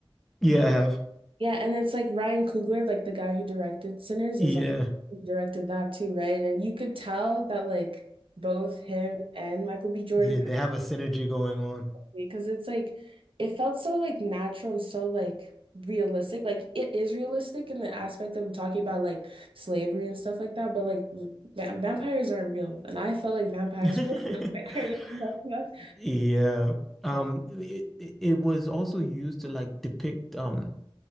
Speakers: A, in the centre; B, on the right.
A: Yeah, I have.
B: Yeah, and it's like Ryan Coogler, like the guy who directed Sinners,
A: Yeah.
B: is he directed that too, right? And you could tell that like both him and Michael B. Jordan
A: Yeah, they have a synergy going on.
B: because it's like it felt so like natural and so like realistic. Like it is realistic in the aspect of talking about like slavery and stuff like that, but like v- va- vampires aren't real, and I felt like vampires
A: <laughs>
B: were <laughs> real. You know what I'm talking about?
A: Yeah. Um
B: Uh,
A: it it it was also used to like depict um